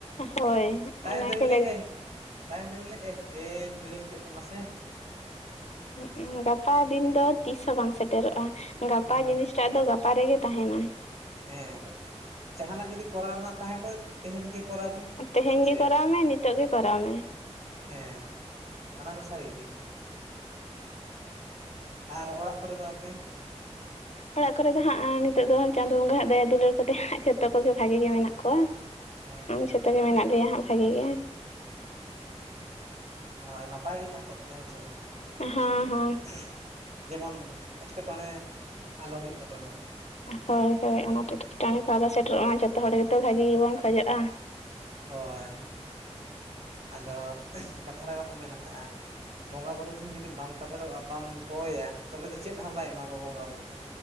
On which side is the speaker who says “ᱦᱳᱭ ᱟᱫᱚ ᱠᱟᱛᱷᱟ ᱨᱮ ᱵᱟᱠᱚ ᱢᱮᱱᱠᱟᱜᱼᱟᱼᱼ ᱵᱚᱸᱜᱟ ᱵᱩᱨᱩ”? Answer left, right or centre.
Right